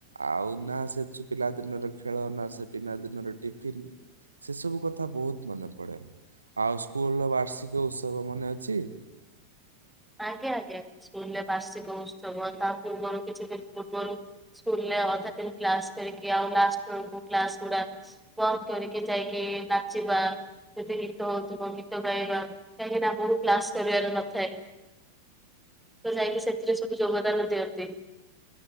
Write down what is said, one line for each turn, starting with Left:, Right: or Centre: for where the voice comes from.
Right: ଆଉ ନା ସେ ପିଲା ଦିନର ଖେଳନା ସେ ପିଲା ଦିନର ଟିଫିନ ସେ ସବୁ କଥା ବହୁତ ମନେ ପଡେ। ଆଉ ସ୍କୁଲ ର ବାର୍ଷିକ ଉତ୍ସବ ମନେ ଅଛି।
Centre: ଆଜ୍ଞା ଆଜ୍ଞା ସ୍କୁଲରେ ବାର୍ଷିକ ଉତ୍ସବ ତା ପୂର୍ବରୁ କିଛି ଦିନ ପୂର୍ବରୁ ସ୍କୁଲରେ ଅଧା ଦିନ କ୍ଲାସ କରିକି ଆଉ ଲାଷ୍ଟ ବେଳକୁ କ୍ଲାସ୍ ଗୁଡା ବନ୍ଦ କରିକି ଯାଇକି ନାଚିବା ଯଦି ଗୀତ ହଉଥିବ ଗୀତ ଗାଇବା କାହିଁକିନା ବହୁ କ୍ଲାସ କରିବାର ନଥାଏ। ଯାଇକି ସେଥିରେ ସବୁ ଯୋଗଦାନ ଦିଅନ୍ତି।